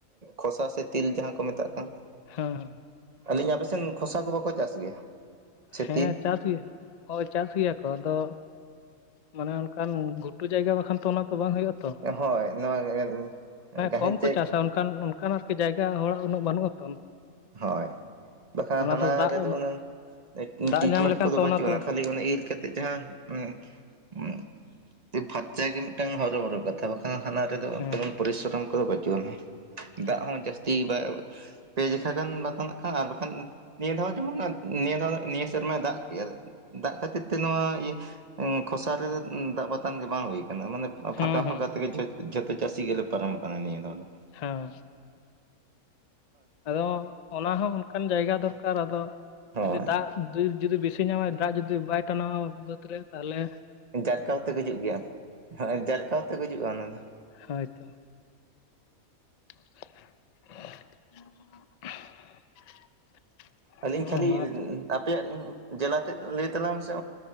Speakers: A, on the right (about 35°); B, on the left (about 60°).
A: ᱠᱷᱚᱥᱟ ᱥᱮ ᱛᱤᱞ ᱡᱟᱦᱟᱸ ᱠᱚ ᱢᱮᱛᱟᱜ ᱠᱟᱱ᱾
B: ᱦᱩᱸ ᱦᱩᱸ
A: ᱟᱹᱞᱤᱧ ᱟᱯᱮᱥᱮᱫ ᱠᱷᱚᱥᱟ ᱠᱚ ᱵᱟᱠᱚ ᱪᱟᱥ ᱜᱮᱭᱟ? ᱥᱮ
B: ᱦᱮᱸ
A: ᱛᱤᱞ?
B: ᱪᱟᱥ ᱜᱮ ᱦᱚᱭ ᱪᱟᱥ ᱜᱮᱭᱟᱠᱚ ᱟᱫᱚ, ᱢᱟᱱᱮ ᱚᱱᱠᱟᱱ ᱜᱷᱩᱴᱩ ᱡᱟᱭᱜᱟ ᱵᱟᱠᱷᱟᱱ ᱛᱚ ᱚᱱᱟ ᱫᱚ ᱵᱟᱝ ᱦᱩᱭᱩᱜ-ᱟ᱾
A: ᱦᱚᱭ ᱱᱚᱣᱟ ᱜᱮ ᱜᱟᱦᱤᱨ
B: ᱠᱚᱢ ᱠᱚ
A: ᱪᱮᱫ?
B: ᱪᱟᱥᱟ ᱚᱱᱠᱟᱱ ᱚᱱᱠᱟᱱ ᱟᱨᱠᱤ ᱡᱟᱭᱜᱟ ᱦᱚᱲᱟᱜ ᱩᱱᱟᱹᱜ ᱵᱟᱹᱱᱩᱜ ᱟᱛᱚᱼᱼ
A: ᱦᱚᱭ ᱵᱟᱠᱷᱟᱱ ᱦᱟᱱᱟ
B: ᱫᱚ ᱫᱟᱜ
A: ᱨᱮᱫᱚ ᱩᱩᱱᱟᱹᱝ,
B: ᱫᱟᱜ
A: ᱴᱨᱤᱴᱢᱮᱱᱴ
B: ᱧᱟᱢ ᱞᱮᱠᱷᱟᱱ
A: ᱠᱚᱫᱚ
B: ᱛᱚ
A: ᱵᱟᱹᱪᱩᱜᱼᱟ
B: ᱚᱱᱟ ᱫᱚ
A: <unintelligible> ᱚᱱᱟ ᱤᱨ ᱠᱟᱛᱮᱫ ᱡᱟᱦᱟᱸ <unintelligible> ᱯᱷᱷᱟᱪᱟ ᱜᱮ ᱢᱤᱫᱴᱟᱝ ᱦᱚᱨᱚ ᱵᱚᱨᱚ ᱠᱟᱛᱷᱟ ᱫᱚ ᱦᱟᱱᱟ ᱨᱮᱫ
B: ᱦᱮᱸ
A: ᱯᱚᱨᱤᱥᱨᱚᱢ ᱠᱚᱫᱚ ᱵᱟᱹᱪᱩᱟᱱᱤᱡ, ᱫᱟᱜ
B: ᱦᱮᱸ
A: ᱦᱚᱸ ᱡᱟᱹᱥᱛᱤ ᱵᱟᱭᱼᱼ ᱯᱮ ᱡᱚᱠᱷᱚᱡ ᱫᱚ ᱱᱚᱛᱮ ᱱᱟᱜᱠᱷᱟᱱ ᱵᱟᱠᱷᱟᱱ ᱱᱤᱭᱟᱹ ᱫᱷᱟᱣ ᱡᱮᱢᱚᱱ ᱱᱤᱭᱟᱹ ᱫᱷᱟᱣ ᱱᱤᱭᱟᱹ ᱥᱮᱨᱢᱟ ᱫᱟᱜ ᱠᱮᱫᱼᱟᱭ ᱫᱟᱜ ᱠᱷᱟᱹᱛᱤᱨ ᱛᱮ ᱱᱚᱣᱟ ᱤᱭᱟᱹ ᱠᱷᱚᱥᱟ ᱨᱮᱫᱚ ᱫᱟᱜ ᱵᱟᱛᱟᱝ ᱵᱟᱝ ᱦᱩᱭᱩᱜ ᱾ ᱢᱟᱱᱮ
B: ᱦᱮᱸ
A: ᱯᱷᱟᱸᱠᱟ
B: ᱦᱮᱸ
A: ᱯᱷᱟᱸᱠᱟ ᱛᱮᱜᱮ ᱡᱷᱚᱛᱚ ᱪᱟᱹᱥᱤ ᱜᱮᱞᱮ ᱯᱟᱨᱚᱢ ᱟᱠᱟᱱᱟ ᱱᱤᱭᱟᱹ ᱫᱷᱟᱣ ᱫᱚ᱾
B: ᱦᱮᱸ ᱟᱫᱚᱼᱼ ᱚᱱᱟ ᱦᱚᱸ ᱚᱱᱠᱟᱱ ᱡᱟᱭᱜᱟ ᱫᱚᱨᱠᱟᱨ ᱟᱫᱚ,
A: ᱦᱳᱭ
B: ᱡᱩᱫᱤ ᱫᱟᱜᱼᱼ ᱫᱩᱨ ᱡᱩᱫᱤ ᱵᱤᱥᱤ ᱧᱟᱢᱟᱭ ᱫᱟᱜ ᱡᱩᱫᱤ ᱵᱟᱭ ᱴᱟᱱᱟᱣᱟ ᱵᱟᱹᱫᱽ ᱨᱮᱼᱼ ᱛᱟᱦᱚᱞᱮᱼᱼ
A: ᱡᱟᱨᱠᱟᱣ ᱛᱮ ᱜ ᱜᱩᱡᱩᱜ ᱜᱮᱭᱟ, ᱦᱮᱸ ᱡᱟᱨᱠᱟᱣ ᱛᱮ ᱜᱩᱡᱩ-ᱟ ᱚᱱᱟ ᱫᱚ᱾
B: ᱦᱚᱭ ᱛᱚ <inaudible>
A: ᱟᱹᱞᱤᱧ ᱠᱷᱟᱹᱞᱤ
B: ᱚᱱᱟ
A: ᱟᱯᱮᱭᱟᱜ ᱡᱮᱞᱟ ᱛᱮᱫ ᱞᱟᱹᱭ ᱛᱟᱞᱟᱢ ᱥᱮ